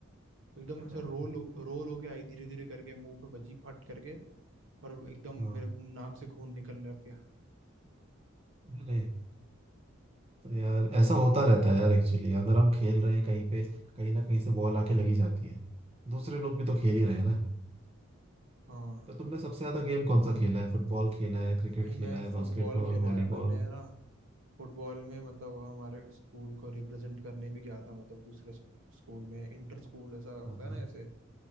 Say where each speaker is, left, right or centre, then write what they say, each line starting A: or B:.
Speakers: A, on the right (about 65°); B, on the right (about 30°).
A: एकदम
B: अरे
A: ऐसे
B: बाप
A: रोल
B: रे
A: रोल होके आई धीरे धीरे करके मुंह पे बजी फट करके और एकदम
B: हाँ
A: मेरे नाक से खून निकलने लग गया
B: अरे तो यार ऐसा होता रहता है यार एक्चुअली अगर हम खेल रहे हैं कहीं पे कहीं ना कहीं से बॉल आके लगी जाती है दूसरे लोग भी तो
A: हम्म,
B: खेल ही रहे हैं ना
A: हाँ
B: तो तुमने सबसे ज्यादा गेम कौन सा खेला है फुटबॉल खेला है क्रिकेट
A: भाई
B: खेला
A: मैं
B: है
A: फुटबॉल
B: बास्केटबॉल
A: खेला
B: वॉलीबॉल
A: है मैंने ना फुटबॉल में मतलब हमारे स्कूल को रिप्रेजेंट करने भी गया था मतलब दूसरे स्क- स्कूल में इंटर स्कूल ऐसा होता
B: हाँ हाँ
A: है ना ऐसे